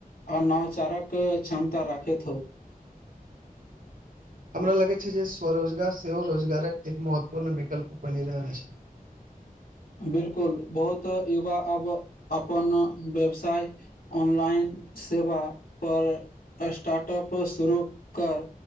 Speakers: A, on the left (about 80°); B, on the right (about 65°).
A: आ नवचारक क्षमता राखैत होय।
B: हमरा लगे छै जे, स्वरोजगार सेहो रोजगारक एक महत्वपूर्ण विकल्प बनि रहल छै।
A: बिलकुल, बहुत युवा, अब अपन व्यवसाय ऑनलाइन सेवा पर, स्टाटप शुरू कर